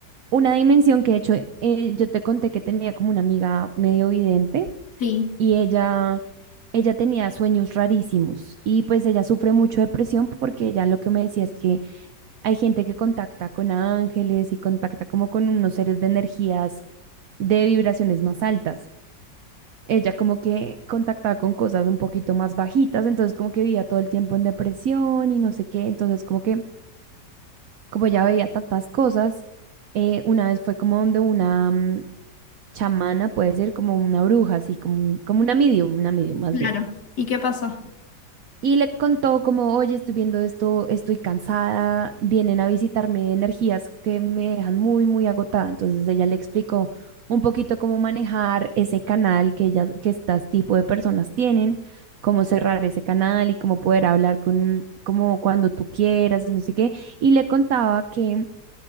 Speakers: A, on the right; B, on the left.
A: una dimensión que de hecho eh, yo te conté que tenía como una amiga medio vidente
B: Sí,
A: y ella, ella tenía sueños rarísimos y pues ella sufre mucho depresión porque ella lo que me decía es que hay gente que contacta con ángeles y contacta como con unos seres de energías de vibraciones más altas. Ella como que contactaba con cosas un poquito más bajitas, entonces como que vivía todo el tiempo en depresión y no sé qué, entonces como que como ella veía tantas cosas, eh, una vez fue como donde una mm, chamana, puede ser como una bruja, así como, un- como una medium, una medium más
B: claro.
A: bien
B: ¿Y qué pasó?
A: Y le contó como, oye, estoy viendo esto, estoy cansada, vienen a visitarme energías que me dejan muy, muy agotada. Entonces ella le explicó un poquito cómo manejar ese canal que ellas, que estas tipo de personas tienen, cómo cerrar ese canal y cómo poder hablar con, como cuando tú quieras y no sé qué. Y le contaba que